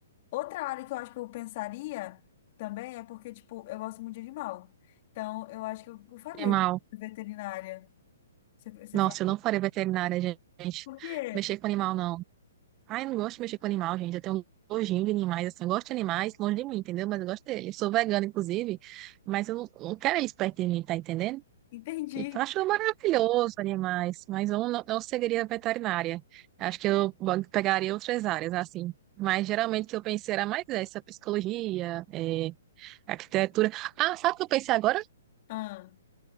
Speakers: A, on the left; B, on the right.
A: outra área que eu acho que eu pensaria também é porque, tipo, eu gosto muito de animal. Então, eu acho que eu, eu faria
B: Animal.
A: veterinária. Você, você
B: Nossa,
A: faria?
B: eu não farei veterinária, gente.
A: Por quê?
B: Mexer com animal, não. Ai, eu não gosto de mexer com animal, gente. Eu tenho um nojinho de animais, assim. Eu gosto de animais longe de mim, entendeu? Mas eu gosto deles. Eu sou vegana, inclusive, mas eu não não quero eles perto de mim, tá entendendo?
A: Entendi.
B: Tipo, Eu acho maravilhoso animais, mas eu não, não seguiria veterinária. Acho que eu pegaria outras áreas, assim. Mas geralmente o que eu pensei era mais essa, psicologia, eh, arquitetura. Ah, sabe o que eu pensei agora?
A: Ah,